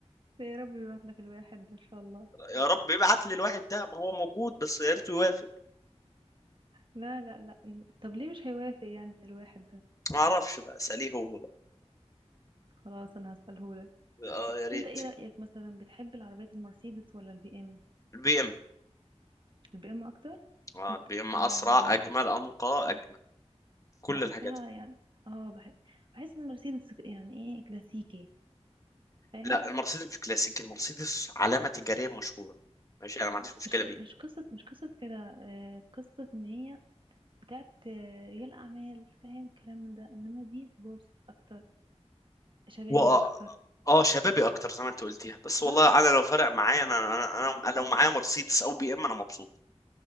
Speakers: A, on the right; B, on the left.
A: يا رب يبعت لك الواحد ده ان شاء الله
B: يا رب يبعت لي الواحد ده ما هو موجود بس يا ريته يوافق
A: لا لا لا طب ليه مش هيوافق يعني الواحد ده
B: ما اعرفش بقى اساليه هو بقى
A: خلاص انا هسأله لك
B: اه يا ريت
A: طب انت ايه رأيك مثلا بتحب العربيات المرسيدس ولا البي ام
B: البي ام
A: البي ام اكتر
B: اه
A: انت
B: البي ام
A: اه
B: اسرع
A: وانا برضو
B: اجمل انقى اجمل كل
A: بحسها
B: الحاجات دي.
A: يعني اه بحس بحس ان مرسيدس يعني ايه كلاسيكي فاهم
B: لا المرسيدس مش كلاسيك المرسيدس علامه تجاريه مشهوره ماشي انا ما عنديش مشكله
A: مش ك... مش
B: بيها
A: قصة مش قصة كده آه قصة ان هي بتاعت آه رجال اعمال فاهم كلام من ده انما دي سبورتس اكتر شبابي
B: و
A: اكتر
B: اه شبابي اكتر زي ما انت قلتيها بس
A: صح
B: والله انا لو فرق معايا انا انا انا لو معايا مرسيدس او بي ام انا مبسوط